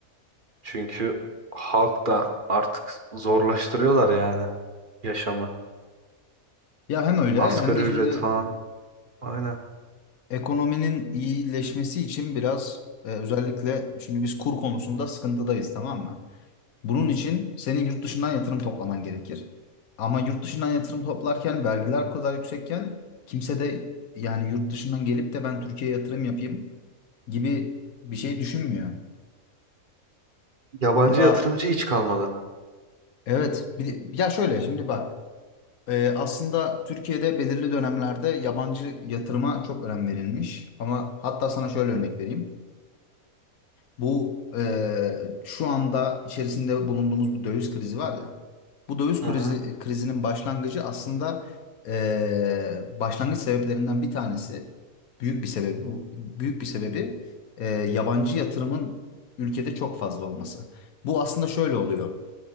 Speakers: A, on the right (about 40°); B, on the left (about 80°).
A: Çünkü halk da artık zorlaştırıyorlar yani yaşamı.
B: Ya hem öyle
A: Asgari
B: hem de
A: ücret
B: şimdi
A: falan. Aynen.
B: ekonominin iyileşmesi için biraz e, özellikle şimdi biz kur konusunda sıkıntıdayız tamam mı? Bunun için senin yurt dışından yatırım toplaman gerekir. Ama yurt dışından yatırım toplarken vergiler bu kadar yüksekken kimse de yani yurt dışından gelip de ben Türkiye'ye yatırım yapayım gibi bir şey düşünmüyor.
A: Yabancı
B: Burada
A: yatırımcı hiç kalmadı.
B: evet bir, ya şöyle şimdi bak e, aslında Türkiye'de belirli dönemlerde yabancı yatırıma çok önem verilmiş. Ama hatta sana şöyle örnek vereyim. Bu eee, şu anda içerisinde bulunduğumuz bu döviz krizi var ya. Bu döviz
A: Aha.
B: krizi, krizinin başlangıcı aslında eee, başlangıç sebeplerinden bir tanesi büyük bir sebebi bu. Büyük bir sebebi eee, yabancı yatırımın ülkede çok fazla olması. Bu aslında şöyle oluyor.